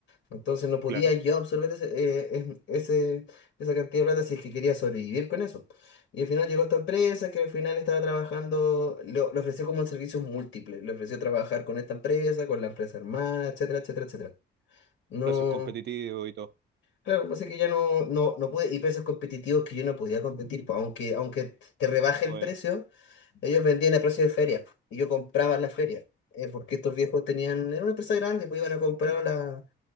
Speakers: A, on the left; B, on the right.
A: Entonces no podía
B: Claro.
A: yo absorber ese, eh, em- ese- esa cantidad de plata si es que quería sobrevivir con eso. Y al final llegó esta empresa que al final estaba trabajando, le, le ofreció como servicios múltiples, le ofreció trabajar con esta empresa, con la empresa hermana, etcétera, etcétera, etcétera. No,
B: Precios competitivos y todo.
A: claro, así que ya no, no, no pude, y precios competitivos que yo no podía competir, pues, aunque, aunque te rebaje el
B: Obvio.
A: precio, ellos vendían a precio de feria, y yo compraba en la feria, eh, porque estos viejos tenían, era una empresa grande, pues iban a comprar a la